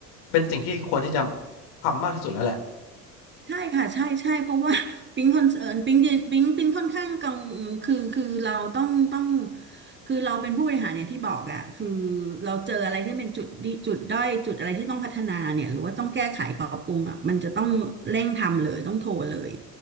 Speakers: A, on the left; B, on the right.
A: เป็นสิ่งที่ควรที่จะทำมากที่สุดแล้วแหละ
B: ใช่ค่ะใช่ใช่เพราะว่า <laughs> ปิ๊งคอนเซิร์นปิ๊งเนยปิ๊งปิ๊งค่อนข้างกังคือคือเราต้องต้องคือเราเป็นผู้บริหารอย่างที่บอกอ่ะคือเราเจออะไรที่เป็นจุดดีจุดด้อยจุดอะไรที่ต้องพัฒนาเนี่ยหรือว่าต้องแก้ไขปรับปรุงอ่ะมันจะต้องเร่งทำเลยต้องโทรเลย